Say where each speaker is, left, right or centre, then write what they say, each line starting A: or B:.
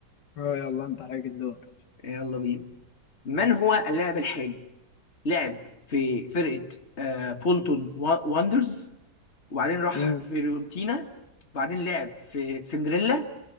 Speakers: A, on the left (about 75°); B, on the left (about 40°).
A: اه يلا انت عليك الدور
B: يلا بينا من هو اللاعب الحالي لعب في فرقة آه بولتون وا- واندرز وبعدين راح
A: مم.
B: فيورنتينا وبعدين لعب في سندريلا